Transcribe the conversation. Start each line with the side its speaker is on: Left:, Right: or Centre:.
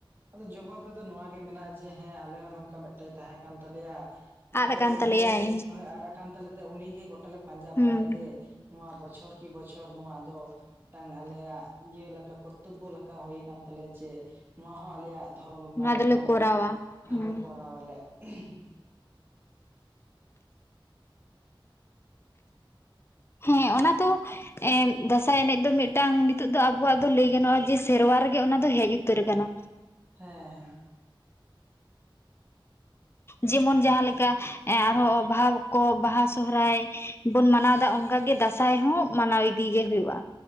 Right: ᱟᱫᱚ ᱡᱚᱵᱟᱵ ᱨᱮᱫᱚ ᱱᱚᱣᱟᱜᱮ ᱢᱮᱱᱟᱜᱼᱟ ᱡᱮ ᱦᱮᱸ ᱟᱞᱮ ᱦᱚᱸ ᱱᱚᱝᱠᱟ ᱢᱤᱫᱴᱮᱱ ᱛᱟᱦᱮᱸ ᱠᱟᱱ ᱛᱟᱞᱮᱭᱟ᱾ ᱟᱫᱚ
Left: ᱟᱫ ᱟᱠᱟᱱ
Right: ᱩᱱᱤᱭ
Left: ᱛᱟᱞᱮᱭᱟᱭ
Right: ᱟᱱ ᱠᱟᱱ ᱛᱟᱞᱮᱛᱮ ᱩᱱᱤ ᱜᱮ ᱜᱚᱴᱟᱞᱮ ᱯᱟᱸᱡᱟ
Left: ᱦᱩᱸ
Right: ᱵᱟᱲᱟᱭ ᱛᱮ ᱱᱚᱣᱟ ᱵᱚᱪᱷᱚᱨ ᱠᱤ ᱵᱚᱪᱷᱚᱨ ᱱᱚᱣᱟ ᱫᱚ ᱢᱤᱫᱴᱟᱝ ᱟᱞᱮᱭᱟᱜ ᱤᱭᱟᱹ ᱞᱮᱠᱟ ᱠᱚᱛᱛᱚᱵᱵᱚ ᱞᱮᱠᱟ ᱦᱩᱭ ᱠᱟᱱ ᱛᱟᱞᱮᱭᱟ ᱡᱮ ᱱᱚᱣᱟ ᱦᱚᱸ ᱟᱞᱮᱭᱟᱜ ᱫᱷᱚᱨᱚᱢ ᱨᱮᱱᱟᱜ
Left: ᱱᱚᱣᱟ
Right: ᱢᱤᱫᱴᱟᱝ
Left: ᱫᱚᱞᱮ ᱠᱚᱨᱟᱣᱟ ᱦᱩᱸ
Right: ᱦᱳᱭ ᱠᱚᱨᱟᱣᱟᱞᱮ <unintelligible>
Left: ᱦᱮᱸ ᱚᱱᱟ ᱫᱚ ᱮ ᱫᱟᱸᱥᱟᱭ ᱮᱱᱮᱡ ᱫᱚ ᱢᱤᱫᱴᱟᱝ ᱱᱤᱛᱚᱜ ᱫᱚ ᱟᱵᱚᱣᱟᱜ ᱫᱚ ᱞᱟᱹᱭ ᱜᱟᱱᱚᱜᱼᱟ ᱡᱮ, ᱥᱮᱨᱣᱟ ᱨᱮᱜᱮ ᱚᱱᱟ ᱫᱚ ᱦᱮᱡ ᱩᱛᱟᱹᱨ ᱟᱠᱟᱱᱟ᱾
Right: ᱦᱮᱸ ᱦᱮᱸ᱾
Left: ᱡᱮᱢᱚᱱ ᱡᱟᱦᱟᱸᱮᱠᱟ ᱮᱸ ᱟᱨᱦᱚᱸ ᱚᱵᱷᱟᱵ ᱠᱚ ᱵᱟᱦᱟ, ᱥᱚᱦᱨᱟᱭ, ᱵᱩᱱ ᱢᱟᱱᱟᱣᱮᱫᱟ, ᱚᱱᱠᱟᱜᱮ ᱫᱟᱸᱥᱟᱭ ᱦᱚᱸ ᱢᱟᱱᱟᱣ ᱤᱫᱤ ᱜᱤ ᱦᱩᱭᱩᱜᱼᱟ᱾